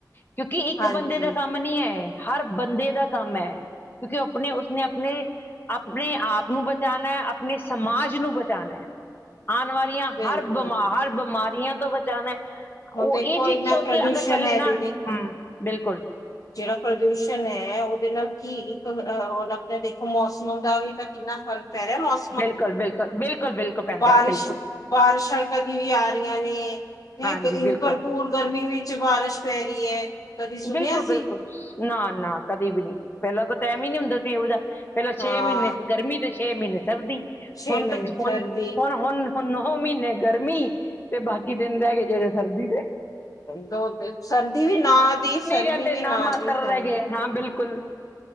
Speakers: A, on the left; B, on the left.
A: ਕਿਉਂਕਿ ਇੱਕ
B: ਹਾਂਜੀ
A: ਬੰਦੇ ਦਾ ਕੰਮ ਨੀ ਹੈ ਇਹ ਹਰ ਬੰਦੇ ਦਾ ਕੰਮ ਹੈ ਕਿਉਂਕਿ ਆਪਣੇ ਉਸਨੇ ਆਪਣੇ। ਆਪਣੇ ਆਪ ਨੂੰ ਬਚਾਉਣਾ, ਆਪਣੇ ਸਮਾਜ ਨੂੰ ਬਚਾਉਣਾ, ਆਉਣ ਵਾਲੀਆਂ।
B: ਬਿਲਕੁਲ
A: ਹਰ ਬਿਮਾਰ
B: ਜੀ
A: ਬਿਮਾਰੀਆਂ ਤੋਂ ਬਚਾਉਣਾ।
B: ਹੁਣ
A: ਉਹ
B: ਦੇਖੋ
A: ਇਹ ਚੀਜ਼
B: ਇੰਨਾ
A: ਸੋਚ
B: ਪ੍ਰਦੂਸ਼ਣ
A: ਕੇ ਅਗਰ ਚੱਲੇ
B: ਹੈ
A: ਨਾ।
B: ਦੀਦੀ
A: ਹੂੰ, ਬਿਲਕੁਲ
B: ਜਿਹੜਾ ਪ੍ਰਦੂਸ਼ਣ ਹੈ ਉਹਦੇ ਨਾਲ ਕੀ ਇੱਕ ਹੁਣ ਆਪਣੇ ਦੇਖੋ ਮੌਸਮ ਦਾ ਵੀ ਤਾਂ ਕਿੰਨਾ ਫ਼ਰਕ। ਪੈ ਰਿਹਾ ਮੌਸਮ।
A: ਬਿਲਕੁਲ, ਬਿਲਕੁਲ, ਬਿਲਕੁਲ, ਬਿਲਕੁਲ ਪੈਂਦਾ
B: ਬਾਰਿਸ਼
A: ਬਿਲਕੁਲ।
B: ਬਾਰਿਸ਼ਾਂ ਕਦੀ ਵੀ ਆ ਰਹੀਆਂ ਨੇ ਹੈ
A: ਹਾਂਜੀ
B: ਇੰਨੀ
A: ਬਿਲਕੁਲ
B: ਭਰਪੂਰ ਗਰਮੀ ਵਿੱਚ ਬਾਰਿਸ਼। ਪੈ ਰਹੀ ਏ ਕਦੀ ਸੁਣਿਆ।
A: ਬਿਲਕੁਲ
B: ਸੀ
A: ਬਿਲਕੁਲ ਨਾ, ਨਾ ਕਦੇ ਵੀ ਨੀ ਪਹਿਲਾਂ ਤਾਂ ਟਾਈਮ ਹੀ ਨੀ ਹੁੰਦਾ ਸੀ ਇਹੋ ਜਿਹਾ ਪਹਿਲਾਂ
B: ਹਾਂ
A: ਛੇ ਮਹੀਨੇ ਸੀ। ਗਰਮੀ ਤੇ ਛੇ ਮਹੀਨੇ ਸਰਦੀ
B: ਛੇ
A: ਹੁਣ
B: ਮਹੀਨੇ
A: ਤਾਂ ਹੁਣ
B: ਸਰਦੀ
A: ਹੁਣ ਹੁਣ। ਹੁਣ ਨੌ ਮਹੀਨੇ ਗਰਮੀ ਤੇ ਬਾਕੀ ਦਿਨ ਰਹਿ ਗਏ ਜਿਹੜੇ ਸਰਦੀ ਦੇ।
B: ਦੋ ਤਿੰਨ ਸਰਦੀ ਵੀ ਨਾ ਦੀ। ਸਰਦੀ
A: ਜਾਂਦੇ
B: ਵੀ
A: ਨਾ ਮਾਤਰ
B: ਦੀ ਹਾਂਜੀ
A: ਰਹਿ ਗਏ ਹਾਂ ਬਿਲਕੁਲ